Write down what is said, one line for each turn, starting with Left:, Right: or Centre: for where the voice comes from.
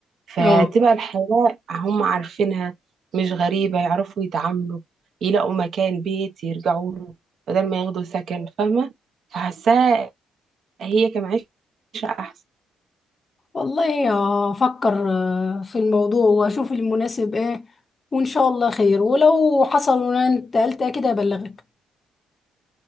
Right: فتبقى
Left: اه
Right: الحياة هم عارفينها مش غريبة يعرفوا يتعاملوا يلاقوا مكان بيت يرجعوا له بدل ما ياخدوا سكن فاهمة فحاساها هي كمعيشة أحسن
Left: والله افكر آه، في الموضوع واشوف المناسب ايه وان شاء الله خير ولو حصل وانا انتقلت كده ابلغك